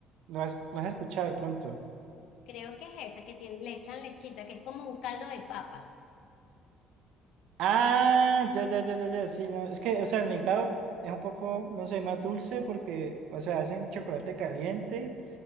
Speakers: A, on the right; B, on the left.
A: ¿Lo has, lo has escuchado de pronto?
B: Creo que es esa, que tiene, le echan lechita, que es como un caldo de papa.
A: Ah, ya, ya, ya, ya, ya, sí, no. Es que, o sea, el Migao es un poco, no sé, más dulce porque, o sea, hacen chocolate caliente